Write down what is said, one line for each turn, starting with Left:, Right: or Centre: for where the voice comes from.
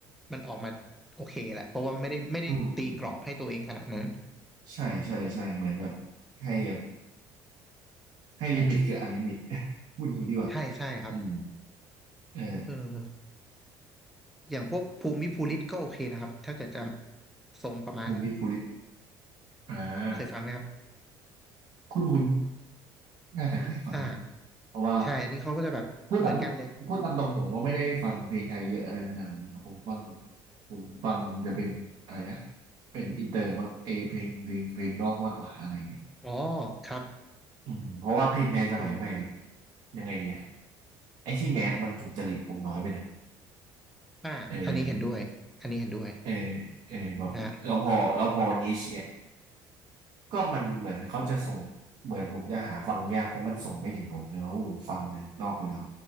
Centre: มันออกมาโอเคแหละเพราะว่าไม่ได้ไม่ได้ตีกรอบให้ตัวเองขนาดนั้น
Right: อืมอใช่ใช่ใช่เหมือนแบบให้แบบให้ลิมิตคืออันลิมิต <laughs> พูดอย่างนี้ดีกว่า
Centre: ใช่ใช่ครับ
Right: อืมเออ
Centre: เอออย่างพวกภูมิภูริตก็โอเคนะครับถ้าเกิดจะทรงประมาณ
Right: ภูมิภูริตอ่า
Centre: เคยฟังไหมครับ
Right: คุณคุณน่าจะเคยฟังเลย
Centre: อ่า
Right: เพราะว่า
Centre: ใช่อันนี้เขาก็จะแบบเหมือนกันเลย
Right: พูดตามตรงพูดตามตรงผมว่าไม่ได้ฟังเพลงไทยเยอะอะไรขนาดนั้นครับผมฟังผมฟังจะเป็นอะไรนะเป็นอินเตอร์มากเออเพลงเพลงเพลงนอกมากกว่าอะไรเงี้ย
Centre: อ๋อครับ
Right: อืมเพราะว่าเพลงไทยสมัยใหม่แบบ
Centre: ครับ
Right: ยังไงดีอะไอ้ที่แมสมันถูกจริตผมน้อยไปหน่อย
Centre: อ่าอันนี้เห็นด้วยอันนี้เห็นด้วย
Right: เออ เออเออแบบแล้วพอแล้วพอนิชเนี่ย
Centre: ฮะ
Right: ก็มันเหมือนเขาจะส่งเหมือนผมจะหาฟังยากเพราะมันส่งไม่ถึงผมนะเพราะผมฟังเนี่ยนอกอยู่แล้ว